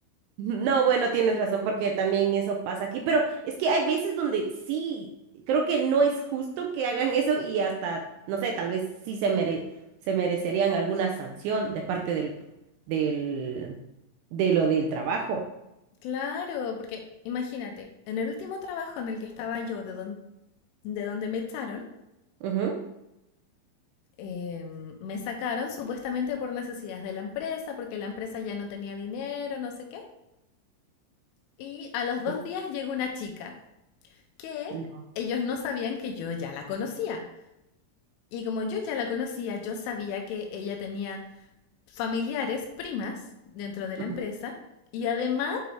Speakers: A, on the right; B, on the left.
A: No, bueno, tienes razón porque también eso pasa aquí, pero es que hay veces donde sí, creo que no es justo que hagan eso y hasta, no sé, tal vez sí se mere- se merecerían alguna sanción de parte del, del, de lo del trabajo.
B: Claro, porque imagínate, en el último trabajo en el que estaba yo, de don- de donde me echaron,
A: Ujú.
B: em, me sacaron supuestamente por necesidades de la empresa, porque la empresa ya no tenía dinero, no sé qué. Y a los dos
A: Sí.
B: días llegó una chica que
A: No,
B: ellos no sabían que yo ya la conocía. Y como yo ya la conocía, yo sabía que ella tenía familiares, primas, dentro de la
A: ujú.
B: empresa. Y además